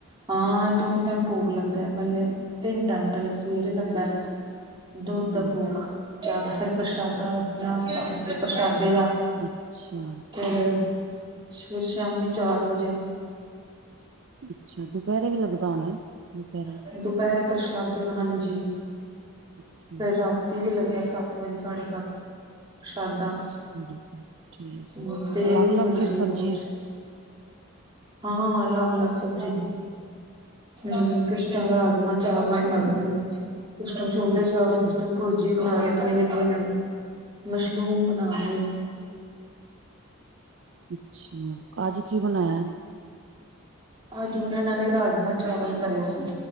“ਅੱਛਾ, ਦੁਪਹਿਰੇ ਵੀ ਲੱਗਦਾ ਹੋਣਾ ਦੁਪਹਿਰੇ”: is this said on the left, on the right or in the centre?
Right